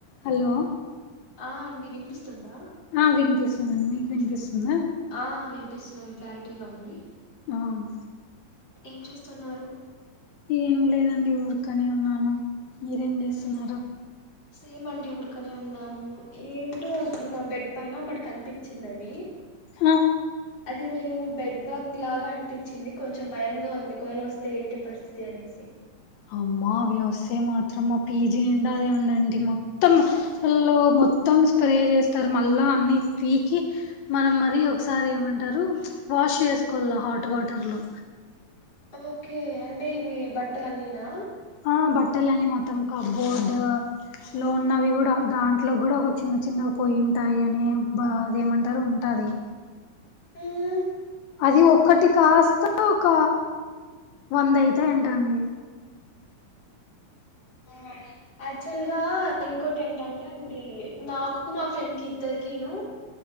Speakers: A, on the left; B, on the left.
A: Hello
B: ఆ అండి వినిపిస్తుందా
A: ఆ వినిపిస్తుందండి మీకు వినిపిస్తుందా
B: ఆ వినిపిస్తుంది క్లారిటీగా ఉంది
A: అవున్
B: ఏం చేస్తున్నారు
A: ఏం లేదండి ఊరుకనే ఉన్నాను మీరేం జేస్తున్నారు
B: మ్మ్ సేమ్ అండి ఊరికనే ఉన్నాము ఏంటో ఇప్పుడు మా బెడ్ పైన ఒకటి కనిపించింది అది
A: ఆ
B: అది మేము బెడ్ బాగ్ లాగా అనిపించింది కొంచెం భయంగా ఉంది ఒకవేళ వస్తే ఏంటి పరిస్థితి అనేసి
A: అమ్మా అవి వస్తే మాత్రమ్ మా పీజీ నిండ అదే ఉండేనండి మొత్తం అసలు మొత్తం స్ప్రే జేస్తరు మళ్ళా అన్నీ పీకి మనం మరీ ఒకసారి ఏమంటరు వాష్ చేసుకోవాల హాట్ వాటర్లో
B: ఓకే అంటే ఇవి బట్టలన్నీనా
A: ఆ బట్టలన్నీ మొత్తం కబోర్డ్ లో ఉన్నవి గూడా దాం ట్లో గూడా ఒక చిన్న చిన్నగా పోయి ఉంటాయి అనే బా అదేమంటారు ఉంటాది
B: ఉమ్
A: అది ఒక్కటి కాస్తా ఒక వంద అయితాయంటండి
B: ఆ యాక్చువల్ గా ఇంకోటి ఏంటంటే అండి నాకు మా ఫ్రెండ్ కి ఇద్దరికీను